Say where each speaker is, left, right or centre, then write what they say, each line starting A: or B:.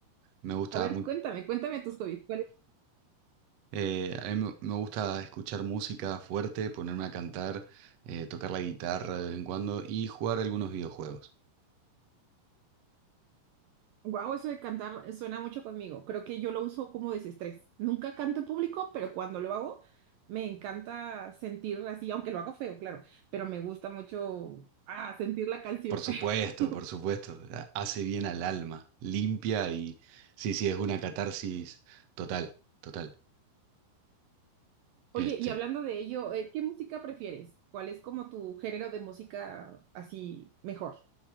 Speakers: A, on the right; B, on the right.
A: me gusta
B: A ver,
A: mu-
B: cuéntame, cuéntame tus hobbies.
A: eh, a mí me me gusta escuchar música fuerte, ponerme a cantar, eh, tocar la guitarra de vez en cuando y jugar algunos videojuegos.
B: Wow, eso de cantar eh, suena mucho conmigo. Creo que yo lo uso como desestrés. Nunca canto en público, pero cuando lo hago, me encanta sentir así, aunque lo haga feo, claro, pero me gusta mucho ah, sentir la canción.
A: Por supuesto,
B: <laughs>
A: por supuesto. a- Hace bien al alma, limpia y sí, sí, es una catarsis total, total. Este,
B: Oye, y hablando de ello, eh, ¿qué música prefieres? ¿Cuál es como tu género de música así mejor?